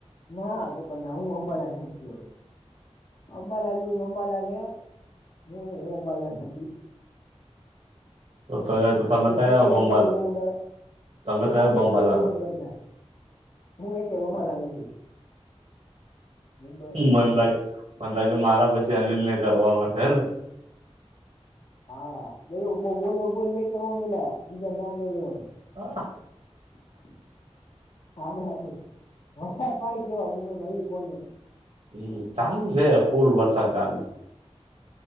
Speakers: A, on the left; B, on the right.
A: ના, પપા ના, હું અંબાલાલ નથી, અંબાલાલ અંબાલાલ. હ, હ, બોલ્યા નથી.
B: તો તમે
A: હ
B: કયા
A: ખોટી
B: બંબાલા
A: અાઈું ઓડ <unintelligible>
B: તમે
A: એ
B: કયા
A: ખોટીપાય
B: બંબાલાલ
A: હ દરદ હું એ ક મમાલાાલ નથી <unintelligible> મુંબઈ
B: મને લાગે, મને લાગે, મારા પછી અનિલ ને, કરવાનો હશે હે ને.
A: હા, બોલ, બોલ નઈ કરવાનું, એલા બીજા ના નઈ લેવાના.
B: હા.
A: <unintelligible> ભાઈ, આભાઈ વરસાદ પાણી કેવા મુંબઈમાં એ કોને.
B: હમ, ચાલુ છે, ફૂલ વરસાદ ચાલુ છે.